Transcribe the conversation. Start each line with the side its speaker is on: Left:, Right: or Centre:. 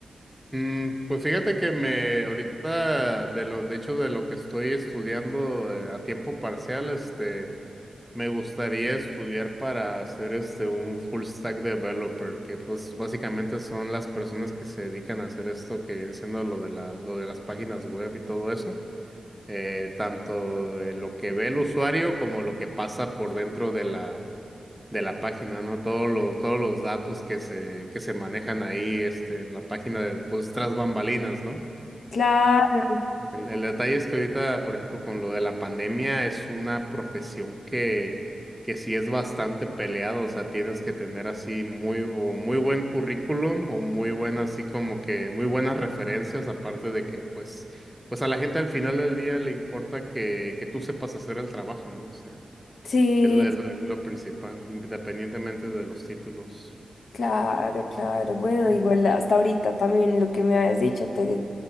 Centre: Mm, pues fíjate que me ahorita de lo de hecho de lo que estoy estudiando eh, a tiempo parcial este Me gustaría estudiar para ser este un full stack developer, que pues básicamente son las personas que se dedican a hacer esto que viene siendo lo de la, lo de las páginas web y todo eso. Eh, tanto de lo que ve el usuario como lo que pasa por dentro de la, de la página, ¿no? Todos los, todos los datos que se, que se manejan ahí, este, en la página de, pues, tras bambalinas, ¿no?
Left: Claro,
Centre: El, el detalle es que ahorita, por ejemplo, con lo de la pandemia, es una profesión que, que sí es bastante peleada, o sea, tienes que tener así muy, o muy buen currículum o muy buena, así como que muy buenas referencias, aparte de que, pues, pues a la gente al final del día le importa que, que tú sepas hacer el trabajo, ¿no? O sea,
Left: sí.
Centre: es lo, es lo, es lo principal, independientemente de los títulos.
Left: Claro, claro. Bueno,
Centre: Mm.
Left: igual hasta ahorita también lo que me habías dicho, te-